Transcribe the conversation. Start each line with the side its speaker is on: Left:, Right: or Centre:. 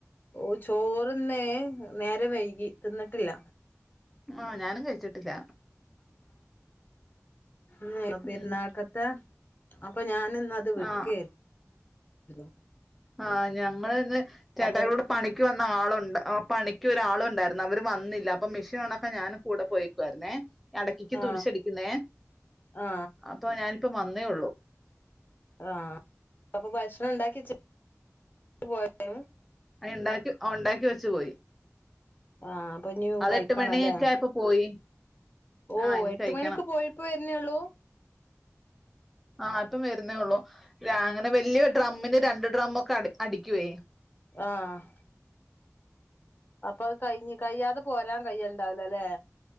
Left: ഓഹ് ചോറ്ന്നേ നേരം വൈകി തിന്ന്ട്ടില്ല.
Centre: ആഹ് ഞാനും കഴിച്ചിട്ടില്ല.
Left: ന്നെ
Centre: ഉം.
Left: പെരുന്നാക്കത്തെ അപ്പൊ ഞാനിന്നത് വെക്കേര്ന്നു
Centre: ആ ആഹ് ഞങ്ങളിന്ന് ചേട്ടായോട്-
Left: അപ്പൊ
Centre: പണിക്ക് വന്ന ആളുണ്ട് ഓഹ് പണിക്കൊരാളുണ്ടാരുന്നു അവര് വന്നില്ല അപ്പൊ മെഷ്യൻഒണക്കാ ഞാനും- കൂടെപോയേക്കാരുന്നേ ഇടക്കിക്ക്
Left: ആ
Centre: തുരിഷടിക്കുന്നേ
Left: ആ
Centre: അപ പ്പൊ ഞാനിപ്പം വന്നേള്ളൂ.
Left: ആഹ് അത് അപ്പൊ ഭക്ഷണംണ്ടാക്കിച്ച് പോയെ.
Centre: അയണ്ടാക്കി ഒണ്ടാക്കി വെച്ച് പോയി.
Left: ആഹ് അപ്പോ ന്നി
Centre: അത്
Left: കഴിക്കാണല്ലേ
Centre: എട്ട് മണിയൊക്കെ ആയപ്പോ പോയി
Left: ഓഹ്
Centre: ആ ഇനി
Left: എട്ട്
Centre: കഴിക്കണം
Left: മണിക്ക് പോയി. ഇപ്പവരുന്നേള്ളൂ.
Centre: ആഹ് ഇപ്പം വര്ന്നേള്ളൂ രാ അ ങ്ങനെ വലിയ ഡ്രമ്മിന് രണ്ട് ഡ്രം ഒക്കെ അട അടിക്കുവേ.
Left: ആഹ് അപ്പൊ അത് കഴിഞ്ഞ് കയ്യാതെ പോരാൻ കയ്യണ്ടാവൂലല്ലേ.